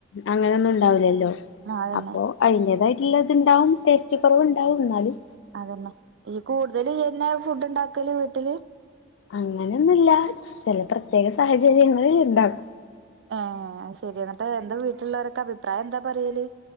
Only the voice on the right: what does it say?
ആഹ് അതന്നെ
അതെന്നെ ഈ കൂടുതൽ ഇയ്യെന്നെ ഫുഡ് ഇണ്ടാക്കല് വീട്ടില്
ആഹ് അത്‌ ശരി എന്നിട്ട് എന്താ വീട്ടിലുള്ളവരൊക്കെ അഭിപ്രായം എന്താ പറയല്